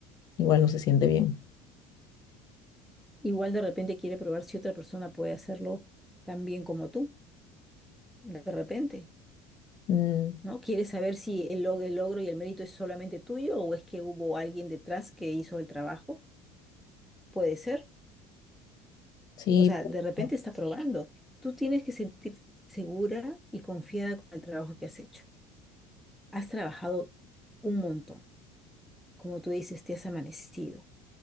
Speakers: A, on the left; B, in the centre.
A: igual no se siente bien.
B: Igual de repente quiere probar si otra persona puede hacerlo tan bien como tú, de repente.
A: Mm,
B: ¿no? quiere saber si el, log- el logro y el mérito es solamente tuyo o es que hubo alguien detrás que hizo el trabajo? Puede ser.
A: sí,
B: O sea,
A: puede
B: de repente
A: ser.
B: está Sí. probando. Tú tienes que sentir segura y confiada con el trabajo que has hecho. Has trabajado un montón. Como tú dices, te has amanecido